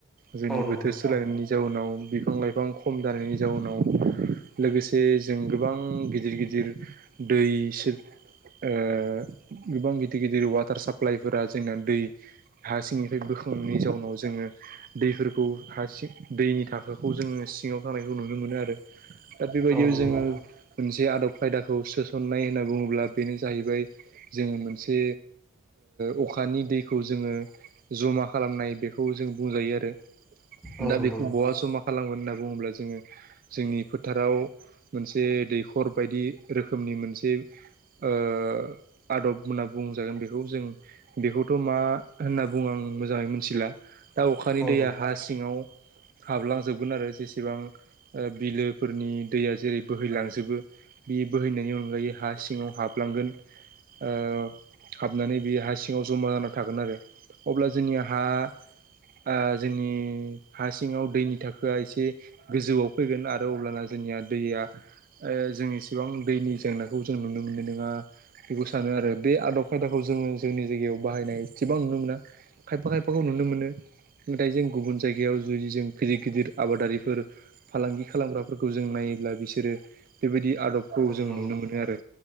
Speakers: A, on the right; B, in the centre.
A: जोंनि
B: औ नंगौ
A: बोथोर
B: नोंथां
A: सोलायनायनि जाउनाव बिफां लाइफां खम जानायनि जाउनाव लोगोसे जों गोबां गिदिर गिदिर दै सोर ओ गोबां गिदिर गिदिर वाटार साप्लाइफोरा जोंना दै हा सिंनिफ्राय बो खुंनि जाउनाव जोङो दैफोरखौ हासिं दैनि थाखोखौ जोङो सिङाव थानाय नुनो मोनो आरो। दा बेबायदियाव
B: औ नंगौ
A: जोङो
B: नोंथां
A: मोनसे आदब खायदाखौ सोसननाय होनना बुङोब्ला बेनो जाहैबाय जोङो मोनसे ओ अखानि दैखौ जोङो जमा खालामनाय बेखौ जों बुंजायो आरो।
B: औ
A: दा
B: नंगौ
A: बेखौ
B: नोंथां
A: बहा जमा खालामगोन होनना बुङोब्ला जोङो जोंनि फोथाराव मोनसे दैखर बायदि रोखोमनि मोनसे ओ आदब होनना बुंजागोन बे खौ जों। बेखौथ' मा होनना बुङो आं मोजाङै मोनथिला। दा अखानि
B: औ
A: दैया
B: नोंथां
A: हा सिङाव हाबलांजोबगोन आरो जेसेबां ओ बिलोफोरनि दैया जेरै बोहैलांजोबो बि बोहैनायनि अनगायै हा सिङाव हाबलांगोन। ओ हाबनानै बेयो हा सिङाव जमा जाना थागोन आरो। अब्ला जोंनि हा आ जोंनि हा सिङाव दैनि थाखोआ एसे गोजौआव फैगोन आरो अब्लाना जोंनिया दैया ओ जों इसेबां दैनि जेंनाखौ जों नुनो मोननाय नङा बेखौ सानो आरो बे आदब खायदाखौ जोङो जोंनि जायगायाव बाहायनाय एसेबां नुनो मोना, खायफा खायफाखौ नुनो मोनो। नाथाय जों गुबुन जायगायाव जुदि जों गिदिर गिदिर आबादारिफोर फालांगि खालामग्राफोरखौ जों नायोब्ला बिसोरो बेबायदि आदबखौ
B: औ
A: जों
B: नंगौ
A: नुनो
B: नोंथां
A: मोनो आरो।